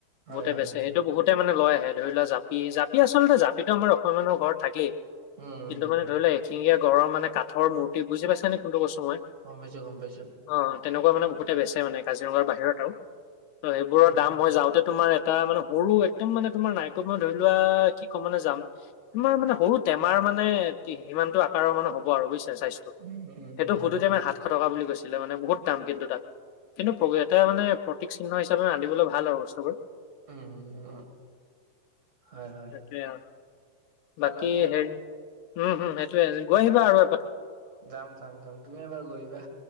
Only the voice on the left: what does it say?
বহুতে
বেচে
সেইটো বহুতে মানে লৈ আহে ধৰি লোৱা জাপ পি জাপি আচলতে জাপিটো আমাৰ অসমীয়া মানুহৰ ঘৰত থাকেই
কিন্তু মানে ধৰি লোৱা শিঙিয়া গড়ৰ মানে কাঠৰ মূৰ্তি বুজি পাইছা নে কোনটো মোৰ সমই
অ', তেনেকুৱা মানে বহুতে বেচে মানে কাজিৰঙাৰ বাহিৰত আৰু ত' সেইবোৰৰ
দাম মই যাওঁতে তোমাৰ টা মানে সৰু একদম মানে তোমাৰ নাই কমে ধৰি লোৱা কি কম মানে যাম তোমাৰ মানে সৰু টেমাৰ মানে সিমানতটো আকাৰৰ মানে হ'ব আৰু বুজিছা চাইজ সেইটো
সুধোতে
মই সাতশ টকা বুলি কৈছিলো মানে বহুত দাম কিন্তু তাত। কিন্তু <unintelligible> এটাই মানে প্ৰতীক চিহ্ন হিচাপে ৰান্ধিবলৈ ভাল আৰু বস্তুবোৰ।
সেইটোৱে আৰু
বাকী
হেৰি উম, হুম, সেইটোৱে গৈ আহিবা আৰু এপাক।